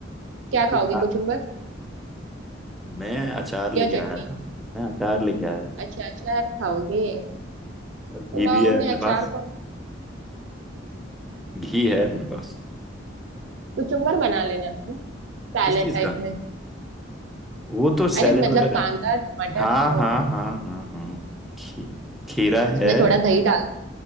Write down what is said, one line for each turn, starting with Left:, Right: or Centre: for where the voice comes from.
Right: क्या
Centre: इसके
Right: खाओगे
Centre: साथ
Right: कुचुम्बर
Centre: मैं अचार लेके
Right: या चटनी
Centre: आया था मैं अचार लेके आया था
Right: अच्छा अचार खाओगे
Centre: और घी
Right: पुलाव
Centre: भी है
Right: में
Centre: अपने
Right: अचार
Centre: पास
Right: कौन खा-
Centre: घी है अपने पास
Right: कुचुम्बर बना लेना था ना सैलेड
Centre: किस चीज
Right: टाइप
Centre: का
Right: में
Centre: वो तो सैलेड
Right: अरे मतलब
Centre: वगैरह
Right: कांदा टमाटर
Centre: हाँ
Right: वो
Centre: हाँ हाँ हाँ हाँ खी, खीरा है
Right: उसमें थोड़ा दही डाल